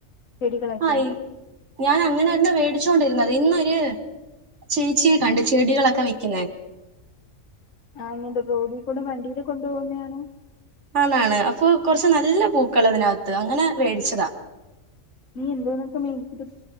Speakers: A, on the left; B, on the right.
A: ചെടികളൊക്കെ
B: ആയി ഞൻ അങ്ങനന്നെ വേടി ച്ചോണ്ടിരുന്നത് ഇന്നൊര് ചേച്ചിയെ കണ്ട് ചെടികളക്കെ വിക്കുന്നേ.
A: ആ ങ്ങിയൊണ്ട് റോഡിക്കൂടെ വണ്ടീല് കൊണ്ടോവുന്നെയാണോ?
B: ആണാണ് അപ്പൊ കൊറച്ച് നല്ല പൂക്കളതിനാത്ത് അങ്ങനെ മേടിച്ചതാ.
A: നീ എന്തോന്നൊക്കെ മേടിച്ചിട്ടും